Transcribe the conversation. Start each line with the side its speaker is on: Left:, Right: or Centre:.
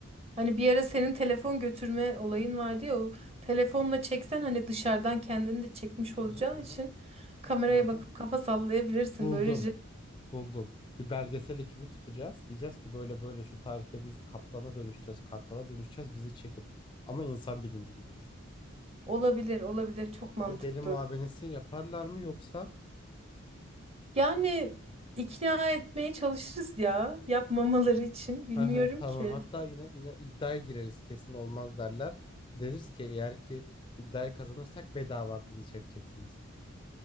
Right: Hani bir ara senin telefon götürme olayın vardı ya o telefonla çeksen hani dışarıdan kendini de çekmiş olacağın
Left: Aha, aha,
Right: için kameraya
Left: aha.
Right: bakıp kafa sallayabilirsin.
Left: Buldum,
Right: Böylece
Left: buldum. Bir belgesel ekibi tutacağız. Diyeceğiz ki böyle böyle şu tarihte bizi kaplana dönüşeceğiz, kartala dönüşeceğiz, bizi çekin. Ama insan bilincindeyiz.
Right: olabilir, olabilir. Çok mantıklı.
Left: Bir de deli muavenesi yaparlar mı yoksa
Right: Yani ikna etmeye çalışırız ya yapmamaları için. Bilmiyorum
Left: Hı hı, tamam.
Right: ki.
Left: Hatta yine, yine iddiaya gireriz kesin olmaz derler. Deriz ki eğer ki iddiayı kazanırsak bedava bizi çekeceksiniz.